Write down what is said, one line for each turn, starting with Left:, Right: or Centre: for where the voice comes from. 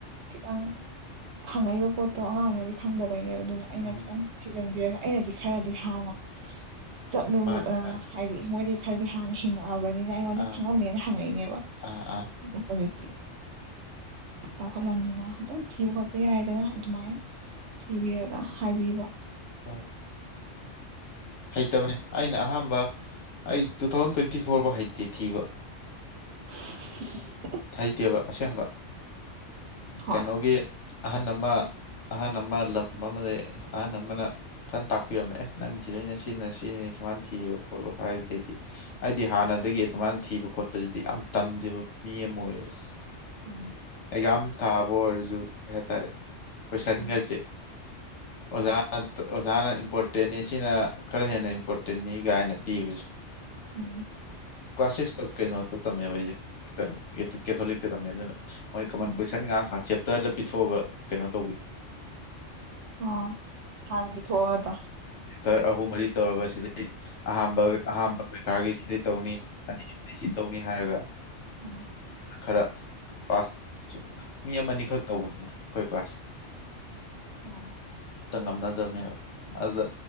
Right: ꯈꯤꯇꯪ ꯍꯪꯉꯛꯏꯕ ꯄꯣꯠꯇꯣ ꯑꯉꯥꯡꯅꯗꯤ ꯈꯪꯗꯕꯩꯅꯦꯕ ꯑꯗꯨꯅ ꯑꯩꯅ
Left: ꯎꯝ
Right: ꯈꯤꯇꯪ ꯊꯤꯖꯤꯟꯕꯤꯔꯒ ꯑꯩꯅꯗꯤ ꯈꯔꯗꯤ ꯍꯥꯟꯅ ꯆꯠꯂꯨꯔ
Left: ꯃꯥꯅꯤ ꯃꯥꯅꯤ
Right: ꯍꯥꯏꯗꯤ ꯃꯣꯏꯗꯒꯤ ꯈꯔꯗꯤ ꯍꯥꯟꯅ ꯍꯤꯡꯉꯛ ꯑꯕꯅꯤꯅ ꯑꯩꯉꯣꯟꯗ
Left: ꯑꯥ
Right: ꯈꯪꯉꯝꯅꯦꯅ ꯍꯪꯉꯛꯏꯅꯦꯕ
Left: ꯑꯥ ꯑꯥ
Right: ꯍꯧꯖꯤꯛ ꯇꯤ ꯆꯥꯎꯈꯠꯂꯝꯅꯤꯅ ꯊꯤꯕ ꯈꯣꯠ ꯌꯥꯏꯗꯅ ꯑꯗꯨꯃꯥꯏꯅ ꯊꯤꯕꯤꯔꯒ ꯍꯥꯏꯕꯤꯕ
Left: ꯍꯣꯏ ꯍꯩꯇꯕꯅꯤ ꯑꯩꯅ ꯑꯍꯥꯟꯕ ꯑꯩ ꯇꯨ ꯊꯥꯎꯖꯟ ꯇ꯭ꯋꯦꯟꯇꯤ ꯐꯣꯔ ꯐꯥꯎ ꯍꯩꯇꯦ ꯊꯤꯕ
Right: <inaudible>
Left: ꯍꯩꯇꯦꯕ ꯑꯁꯦꯡꯕ
Right: ꯍꯣꯏ
Left: ꯀꯩꯅꯣꯒꯤ ꯑꯍꯟ ꯑꯃ ꯑꯍꯜ ꯑꯃ ꯂꯝ ꯑꯃꯗ ꯑꯍꯟ ꯑꯃꯅ ꯐꯅ ꯇꯥꯛꯄꯤꯔꯝꯃꯦ ꯅꯪ ꯁꯤꯗꯩꯅ ꯁꯤꯟꯅ ꯁꯤꯅꯤ ꯁꯨꯃꯅ ꯊꯤꯌꯨ ꯈꯣꯠꯂꯣ ꯍꯥꯏꯕꯗꯩꯗꯤ ꯍꯥꯏꯗꯤ ꯍꯥꯟꯅꯗꯒꯤ ꯑꯗꯨꯃꯥꯏꯅ ꯊꯤꯕ ꯈꯣꯠꯄꯁꯤꯗꯤ ꯌꯥꯝ ꯇꯟꯗꯦꯕ ꯃꯤ ꯑꯃ ꯑꯣꯏꯌꯦꯕ
Right: ꯎꯝ
Left: ꯑꯩꯖꯝ ꯊꯥꯕ ꯑꯣꯏꯔꯁꯨ ꯀꯩ ꯍꯥꯏꯇꯥꯔꯦ ꯀꯣꯏꯁꯟꯒꯁꯦ
Right: ꯎꯝ
Left: ꯑꯣꯖꯥꯅ ꯑꯣꯖꯥꯅ ꯏꯝꯄꯣꯔꯇꯦꯅꯤ ꯁꯤꯅ ꯈꯔ ꯍꯦꯟꯅ ꯏꯝꯄꯣꯔꯇꯦꯟꯅꯤꯒꯥꯏꯅ ꯄꯤꯕꯁꯦ
Right: ꯎꯝ
Left: ꯀ꯭ꯂꯥꯁ ꯁꯤꯛꯁ ꯀꯩꯅꯣꯗ ꯇꯝꯃꯦꯕ ꯑꯩꯁꯦ ꯈꯤꯇꯪ ꯀꯦꯊꯣꯂꯤꯛꯇ ꯇꯝꯃꯦ ꯑꯗꯨꯅ ꯃꯣꯏ ꯀꯃꯟ
Right: ꯎꯝ
Left: ꯀꯣꯏꯁꯟ ꯉꯥꯛ ꯆꯦꯞꯇꯔꯗ ꯄꯤꯊꯣꯛꯑꯕ ꯀꯩꯅꯣ ꯇꯧꯕꯤ
Right: ꯑꯣ ꯍꯥꯟꯅ ꯄꯣꯊꯣꯛꯑꯣꯗꯣ
Left: ꯇꯔ ꯑꯍꯨꯝ ꯃꯔꯤ ꯇꯧꯔꯒ ꯁꯤꯗꯩ ꯑꯍꯥꯟꯕ ꯑꯍꯥꯝꯕ ꯄꯩꯈꯥꯒꯤ ꯁꯤꯗꯩ ꯇꯧꯅꯤ ꯑꯁꯤ ꯇꯧꯅꯤ ꯍꯥꯏꯔꯒ
Right: ꯑꯣ
Left: ꯈꯔ ꯄꯥꯁ ꯆꯨꯝꯉ ꯃꯤ ꯑꯃꯅꯤꯈꯛ ꯇꯧꯕꯅꯤꯅ ꯑꯩꯈꯣꯏ ꯀ꯭ꯂꯥꯁꯀꯤ
Right: ꯑꯥ
Left: ꯇ ꯉꯝꯅꯗꯕꯅꯦꯕ ꯑꯗꯨꯗ